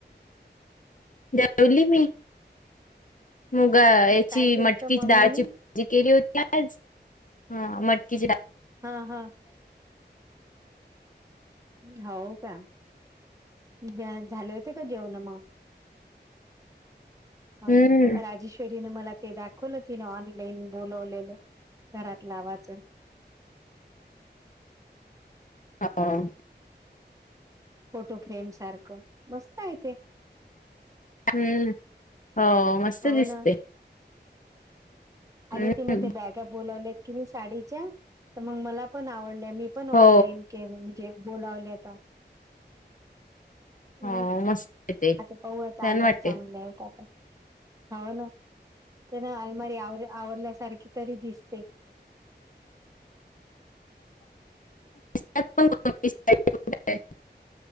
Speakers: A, on the left (about 45°); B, on the right (about 20°).
A: जेवली मी. मुगा याची
B: काय केलंत
A: मटकीची
B: मम्मीने
A: डाळची भजी केली होती आज. हा मटकीच्या
B: हा हा. हव का, त्या झाले होते का जेवणं मग? आणि
A: हम्म
B: राजेश्वरीने मला ते दाखवलं तिने ऑनलाईन बोलवलेलं घरात लावायचं.
A: हाव.
B: फोटो फ्रेमसारखं मस्त आहे ते.
A: अन हो मस्त
B: हो
A: दिसते.
B: ना आणि
A: हम्म
B: तिनं ते बॅगा बोलावलेत की नाही साडीच्या. तर मग मला पण आवडले, मी पण
A: हो
B: ऑनलाईन केले म्हणजे बोलावले आता.
A: हो
B: हं
A: मस्त आहे ते
B: आता पाहू आता
A: छान
B: आल्यावर
A: वाटते.
B: चांगले आहेत आता. हाव ना. ते ना अलमारी आवर आवरल्यासारखी तरी दिसते.
A: <unintelligible>